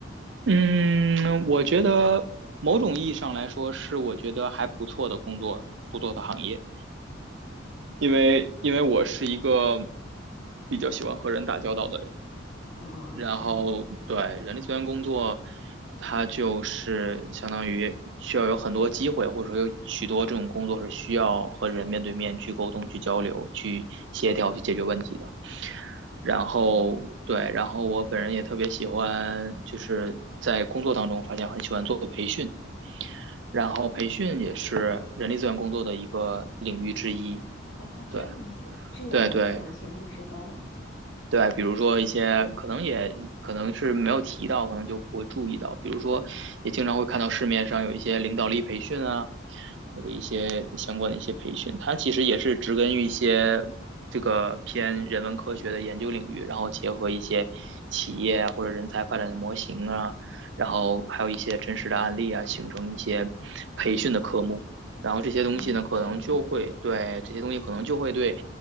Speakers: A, on the right; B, on the left.
A: 嗯，我觉得某种意义上来说是我觉得还不错的工作，不错的行业，因为因为我是一个比较喜欢和人打交道的人。
B: 啊，
A: 然后对人力资源工作，
B: 这样子，
A: 它就是相当于需要有很多机会，或者说有许多这种工作是需要和人面对面去沟通、去交流、去协调、去解决问题的。然后对，
B: 啊，
A: 然后我本人也特别喜欢，就是在工作当中发现很喜欢做培训，然后培训也是人力资源工作的一个领域之一。
B: 哦，这样子，
A: 对
B: 这我还不完全不知道呢。
A: 对对，对，比如说一些可能也可能是没有提到，可能就不会注意到。比如说，也经常会看到市面上有一些领导力培训啊，或者一些相关的一些培训，它其实也是植根于一些这个偏人文科学的研究领域，然后结合一些企业啊或者人才发展的模型啊，然后还有一些真实的案例啊，形成一些培训的科目。然后这些东西呢，
B: 哦，
A: 可能就会对这些东西可能就会对
B: 这样子，